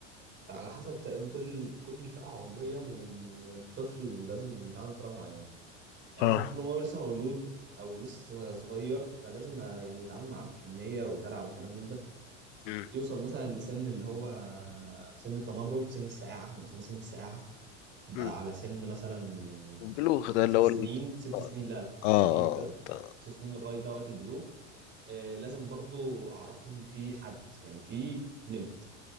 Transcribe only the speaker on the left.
اه
امم
امم
البلوغ ده اللي
هو
ال-
اه
اه
اه
آه.